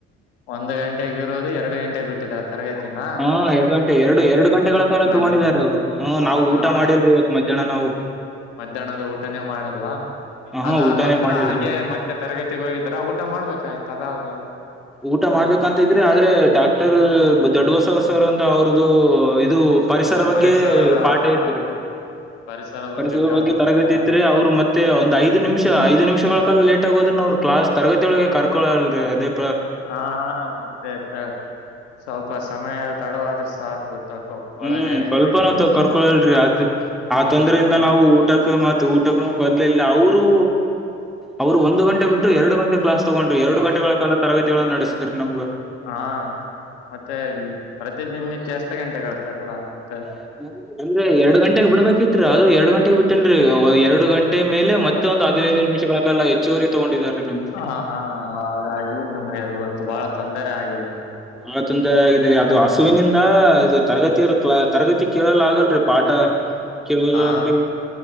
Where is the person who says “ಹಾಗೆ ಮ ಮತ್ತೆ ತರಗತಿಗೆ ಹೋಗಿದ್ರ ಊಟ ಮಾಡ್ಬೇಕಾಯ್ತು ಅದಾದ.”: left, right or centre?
Left